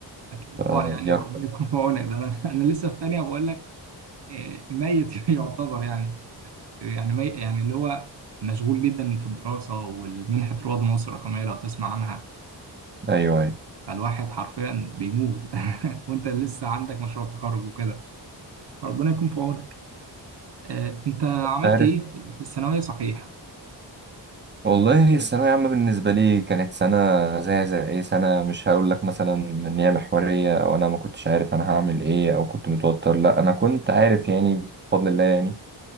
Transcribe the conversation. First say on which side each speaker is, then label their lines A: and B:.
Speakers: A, on the right; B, on the right.
A: أكيد
B: فدي
A: طبعا يعني ربنا
B: أكتر
A: يكون في عونك ده أنا <laughs> أنا لسه في تانية بقول لك آه، ميت <laughs> يعتبر يعني يعني مي يعني اللي هو مشغول جدا في الدراسة والمنحة رواد مصر الرقمية لو تسمع عنها
B: أيوه أيوه
A: فالواحد حرفيا بيموت <laughs> وأنت لسه عندك مشروع تخرج وكده ربنا يكون في عونك آه، أنت عملت
B: عارف
A: إيه في الثانوية صحيح؟
B: والله الثانوية عامة بالنسبة لي كانت سنة زي زي أي سنة مش هقول لك مثلا إن هي محورية أو أنا ما كنتش عارف أنا هعمل إيه أو كنت متوتر لا أنا كنت عارف يعني بفضل الله يعني